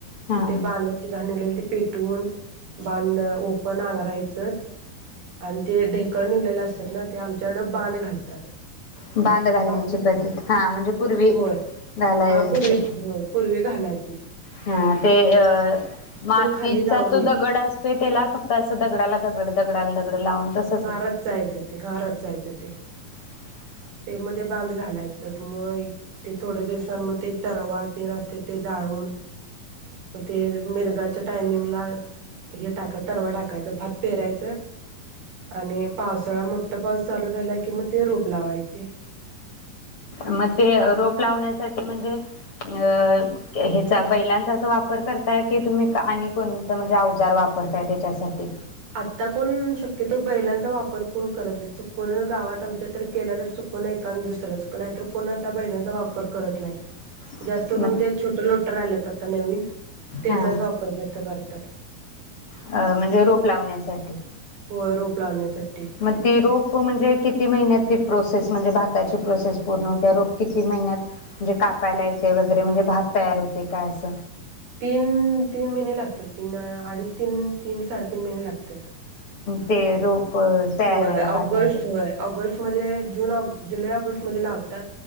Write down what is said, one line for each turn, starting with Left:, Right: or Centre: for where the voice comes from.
Left: हा
Right: ते बांधाची घाण निघलेल ते पेटवून, बांध ओपन नांगरायचं. आणि ते ढेकळं निघलेले असतात ना ते आमच्याइकडं बांध घालतात.
Left: बांध घालण्याची
Right: ते बांध
Left: पद्धत,, हा म्हणजे पूर्वी
Right: होय
Left: घालायची
Right: हा पूर्वी हो पूर्वी घालायचीत.
Left: हा ते अ मातीचा
Right: खाली जाऊ नये
Left: तो दगड अस ते त्येला फक्त असं दगडाला दगड दगडाला दगड लावून तसं
Right: हा, रचायच ते हा रचायचते.
Left: <inaudible>
Right: ते मध्ये बांध घालायचत, मग एक ते थोड्या दिवसां मग ते तरवा तेन असत्यात ते जाळून पते मिरगाच्या टायमिंग ला हे टाका तरवा टाकायचं भात पेरायचं आणि पावसाळा मोठठा पाऊस चालू झाला की मग ते रोप लावायची.
Left: म ते रोप लावण्यासाठी म्हणजे अ ह्याचा, बैलांचाच वापर करताय की तुम्ही आणि कोणता म्हणजे अवजार वापरताय त्याच्यासाठी?
Right: आता कोण शक्यतो बैलांचा वापर कोण करत नाही. चुकून गावात आमच्या तर केला तर चुकून एकान दुसरच नाहीतर कोण आता बैलांचा वापर करत नाही.
Left: <inaudible>
Right: जास्त करून
Left: मग
Right: ते छोट लोटर आल्यात आता नवीन त्याचाच
Left: हा
Right: वापर जास्त करतात.
Left: म्हणजे रोप लावण्यासाठी.
Right: होय रोप लावण्यासाठी.
Left: मग ते रोप म्हणजे किती महिन्यात ती प्रोसेस म्हणजे भाताची प्रोसेस पूर्ण होते. रोप किती महिन्यात म्हणजे कापायला येतय वगैरे म्हणजे भात तयार होतय काय अस.
Right: तीन तीन महिने लागतात तीन, अडीच तीन, तीन साडेतीन महिने लागतात.
Left: ते रोप तयार
Right: होय
Left: व्हायला भाताचं
Right: ऑगस्ट होय ऑगस्ट मध्ये जून, ऑग जुलै -ऑगस्ट मध्ये लावतात.